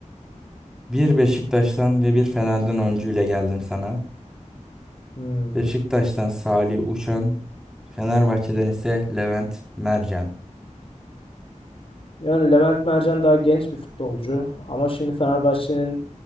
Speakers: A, in the centre; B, on the left.
A: bir Beşiktaş'tan ve bir Fener'den oyuncu ile geldim sana.
B: Hmm.
A: Beşiktaş'tan Salih Uçan, Fenerbahçe'den ise Levent Mercan.
B: Yani Levent Mercan daha genç bir futbolcu ama şimdi Fenerbahçe'nin